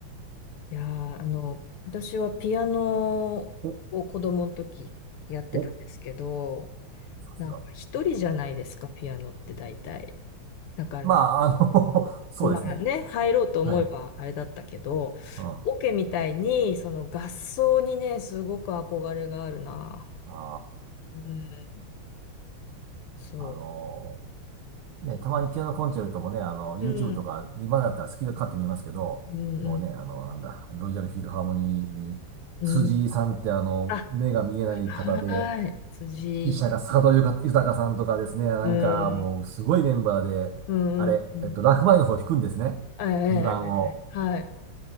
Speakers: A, on the left (about 85°); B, on the right (about 75°).
A: いやー、あの、私はピアノを子供の時やってたんですけど、
B: うん。お、お、さすが。
A: なんか一人じゃないですか、ピアノって大体。だからね、
B: まあ、あの <laughs> そうですね。
A: まあね、入ろうと思えばあれだったけど、
B: はい。うん。あ
A: オケみたいに、その合奏にね、すごく憧れがあるな。
B: あ、
A: うん、そ
B: あのね、たまにピアノコンチェルトもね、あの、YouTube
A: う。うん、
B: とか、今だったら好きで買って見えますけど、
A: うん、
B: もうね、あの、なんだ、ロイヤルフィルハーモニーに、
A: うん。
B: 辻井さんってあの、
A: うんあ、
B: 目が見えない方で、
A: はーい、辻。
B: 指揮者が佐渡ゆか豊さんとかですね、なんかもうすごいメンバーで、
A: うん、うん、
B: あれ、
A: うん。うん
B: えっと、ラフマニノフを弾くんですね。
A: ええ、
B: 2番を。
A: ええはい。